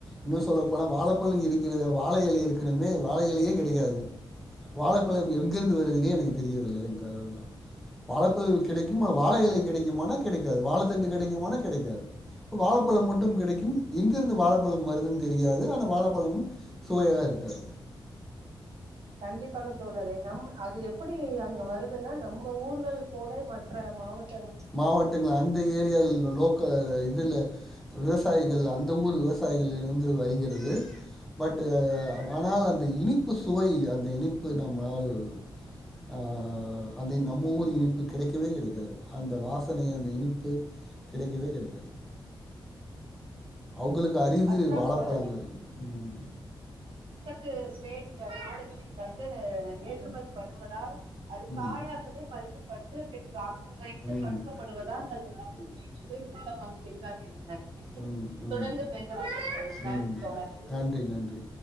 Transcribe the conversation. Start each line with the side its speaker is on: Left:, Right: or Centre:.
Centre: இன்னு சொல்லப் போனா வாழப்பழ இருக்கிறதுக்கு வாழையிலை இருக்குன்னுமே வாழையிலையே கிடைக்காது வாழப்பழம் எங்கிருந்து வருதுன்னே எனக்கு தெரியவில்லை என்றுதா வாழப்பழம் கிடைக்குமா வாழையிலை கிடைக்குமான்னா கிடைக்காது வாழத்தண்டு கிடைக்குமான்னா கிடைக்காது வாழப்பழம் மட்டு டும் கிடைக்கும் எங்கருந்து வாழைப்பழம் வருதுன் தெரியாது ஆனா வாழைப்பழமும் சுவையாக இருக்காது
Right: கண்டிப்பாக தோழரே நம் அது எப்டி அங்க வருதுன்னா நம்ம ஊர்கள் போல மற்ற மாவட்
Centre: மாவட்டங்கள் அந்த ஏரியால இல் லோக்க இதுல விவசாயிகள் அந் அந்த ஊர் விவசாயிகளிருந்து வருகிறது பட் ஆனால் அந்த இனிப்பு சுவை அந்த இனிப்பு நம்மால் அ அந்த நம்ம ஊர் இனிப்பு கிடைக்கவே கிடைக்காது அந்த வாசனை அந்த இனிப்பு கிடைக்கவே கிடைக்காது அவங்களுக்கு அரிது
Right: அதுதான்
Centre: வாழப்பழங்கள்
Right: தோழரே
Centre: ம்
Right: து ஸ்டேட்ல நாடுகளில தில் ஏற்றுமதி பண்ணுவதால் அது
Centre: ம்
Right: காயாகவே
Centre: ம்
Right: பறிக்க பட்டு பின் வாங்க வைத்து
Centre: ம்
Right: பழுக்கப்படுவதால் அது அதனுடைய சுவை சுத்தமாக இருக்காது என்று நெனக் ருக்கிறேன்
Centre: ம் ம்
Right: தொடர்ந்துப் பேசலாம் தோழரே நன்றி
Centre: ம்
Right: தோழரே
Centre: நன்றி நன்றி